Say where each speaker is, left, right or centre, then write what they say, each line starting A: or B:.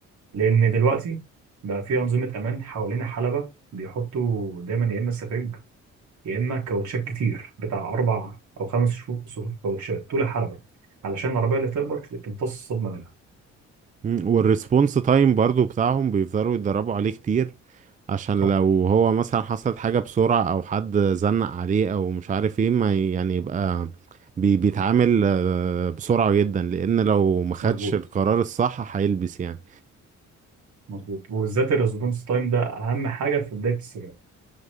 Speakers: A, on the right; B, on the right.
A: لأن دلوقتي بقى في أنظمة أمان حوالين حلبة بيحطوا دايما يا إما سفنج يا إما كاوتشات كتير بتاع أربع أو خمس شفو- صفوف كاوتشات طول الحلبة علشان العربية اللي تخبط تمتص الصدمة منها
B: أمم، والريسبونس تايم برضو بتاعهم بيفضلوا يتدربوا عليه كتير عشان
A: صح
B: لو هو مثلا حصلت حاجة بسرعة او حد زنق عليه او مش عارف ايه ما ي- يعني يبقى بي... بيتعامل آه، بسرعة جدا لان لو ما خدش
A: مظبوط
B: القرار الصح هيلبس يعني
A: مظبوط وبالذات الريسبونس تايم ده أهم حاجة في بداية السباق